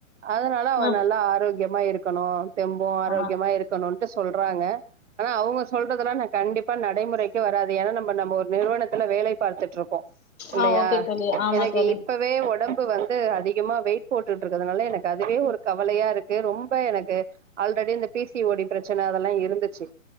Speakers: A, on the right; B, on the left.
A: அதனால அவன்
B: ஆ
A: நல்லா ஆரோக்யமா இருக்கணு தெம்பு ஆரோக்யமா
B: ஆ
A: இருக்கணுன்ட்டு சொல்றாங்க ஆனா அவுங்க சொல்றதுல்லா நா கண்டிப் ப்பா நடைமுறைக்கே வராது எனா நம்ப நம்ப ஒர் நிறுவனத்துல வேலை பார்த்துட்டு இருக்கோ இல்லையா
B: ஆ ஓகே தோழி ஆமா
A: எனக்கு
B: தோழி
A: இப்ப வே ஒடம்பு வந்து அதிகமாக வெய்ட் போட்டுட்டு இருக்கறனால எனக்கு அதுவே ஒரு கவலையா இருக்கு ரொம்ப எனக்கு ஆல்ரெடி இந்த பீ சி ஓ டி ப்ரச்சன அதெல்லா இருந்துச்சு